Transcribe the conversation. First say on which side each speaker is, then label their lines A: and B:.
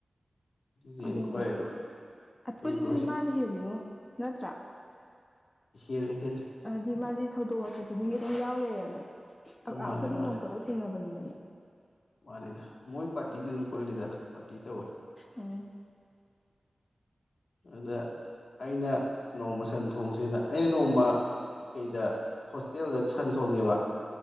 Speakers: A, on the left; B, on the left.
A: ꯖꯦꯟ
B: ꯑꯗꯨꯅꯦ
A: ꯈꯣꯏ
B: ꯑꯄꯨꯟꯕꯗꯤ
A: ꯀꯩꯕ ꯍꯧꯖꯤꯛ
B: ꯃꯥꯅ ꯍꯦꯜꯂꯤꯉꯣ ꯅꯠꯇ꯭ꯔꯥ
A: ꯍꯦꯜꯂꯤ ꯍꯦꯜꯂꯤ
B: ꯖꯤꯃꯖꯤ ꯊꯧꯗꯣꯛ ꯋꯥꯊꯣꯛ ꯈꯨꯗꯤꯡꯒꯤ ꯑꯗꯨꯝ ꯌꯥꯎ ꯂꯩꯔꯦꯅ ꯑꯩꯈꯣꯏꯗꯤ
A: ꯃꯥꯅꯦ ꯃꯥꯅꯦ
B: ꯅꯣꯡ ꯐꯗꯣ ꯊꯦꯡꯅꯕꯅꯤꯗꯅꯦ
A: ꯃꯥꯅꯤꯗ ꯃꯣꯏ ꯄꯥꯔꯇꯤꯗꯤ ꯑꯗꯨꯝ ꯄꯨꯜꯂꯤꯗ ꯄꯥꯔꯇꯤ ꯇꯧꯋꯦ
B: ꯎꯝ
A: ꯑꯗꯨꯗ ꯑꯩꯅ ꯅꯣꯡꯃ ꯁꯟ ꯊꯣꯡꯁꯤꯅ ꯑꯩꯅ ꯅꯣꯡꯃ ꯀ ꯀꯩꯗ ꯍꯣꯁꯇꯦꯜꯗ ꯁꯟ ꯊꯣꯡꯉꯦꯕ